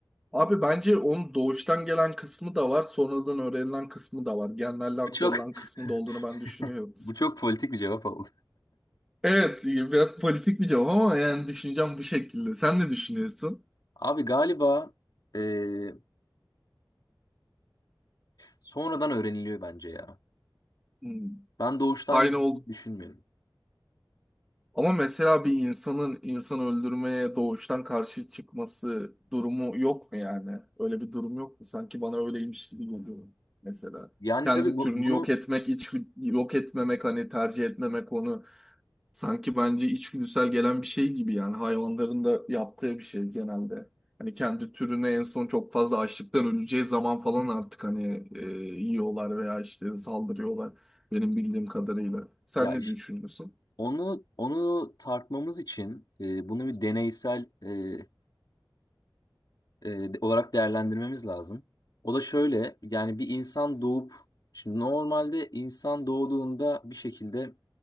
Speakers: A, in the centre; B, on the left (about 55°).
A: Abi bence onun doğuştan gelen kısmı da var, sonradan öğrenilen kısmı da var. Genlerle aktarılan
B: Bu çok
A: kısmı da olduğunu ben
B: <laughs>
A: düşünüyorum.
B: bu çok politik bir cevap oldu.
A: Evet, biraz politik bir cevap ama yani düşüneceğim bu şekilde. Sen ne düşünüyorsun?
B: Abi galiba e, sonradan öğreniliyor bence ya.
A: Hmm,
B: Ben doğuştan
A: Aynı
B: geldiğini
A: ol.
B: düşünmüyorum.
A: Ama mesela bir insanın insan öldürmeye doğuştan karşı çıkması durumu yok mu yani? Öyle bir durum yok mu? Sanki bana öyleymiş gibi geliyor mesela.
B: Yani
A: Kendi
B: tabii bu,
A: türünü
B: bunu
A: yok etmek, hiç yok etmemek hani tercih etmemek onu Sanki bence içgüdüsel gelen bir şey gibi yani hayvanların da yaptığı bir şey genelde. Hani kendi türüne en son çok fazla açlıktan öleceği zaman falan artık hani e, yiyorlar veya işte saldırıyorlar benim bildiğim kadarıyla. Sen
B: Ya
A: ne
B: işte
A: düşünüyorsun?
B: onu onu tartmamız için e, bunu bir deneysel e, e, de- olarak değerlendirmemiz lazım. O da şöyle yani bir insan doğup şimdi normalde insan doğduğunda bir şekilde